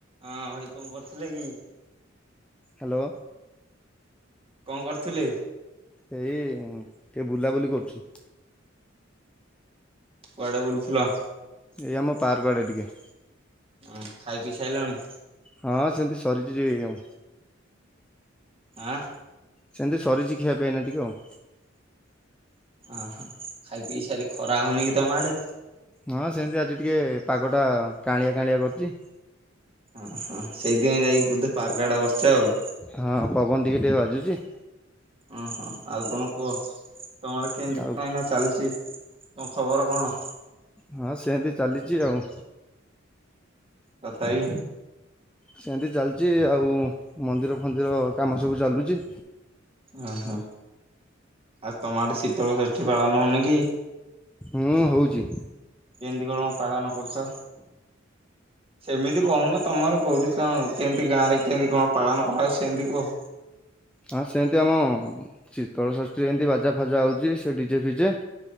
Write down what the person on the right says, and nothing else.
ହଁ ଭାଇ କଣ କରୁଥିଲେ କି?
କଣ କରୁଥିଲେ?
କୁଆଡେ ବୁଲୁଥୁଲ?
ଉଁ ଖାଇ ପିଇ ସାଇଲଣି?
ଆଁ।
ଅ ହ ଖାଇ ପିଇ ସାରି ଖରା ହଉନି କି ତମ ଆଡେ।
ଅଁହଁ ସେଇଥିପାଇଁ ଯାଇକି ବୋଧେ ପାର୍କ ଆଡେ ବସିଛ ଆଉ।
ଓହୋ ଆଉ କଣ କୁହ ତମର କେମିତି
କଁ ଏଇନା ଚାଲିଛି। କଣ ଖବର କଣ?
ତଥାବି।
ଓହୋ ଆଉ ତମ ଆଡେ ଶୀତଳ ଷଷ୍ଠୀ ପାଳନ ହୋଉନି କି।
କେନ୍ତି କଣ ପାଳନ କରୁଚ। ସେମିତି କୋହୁନ ତମର କୋଉଠି କଣ କେମିତି ଗାଁରେ କେମିତି କଁ ପାଳନ କରା ସେନ୍ତି କୁହ।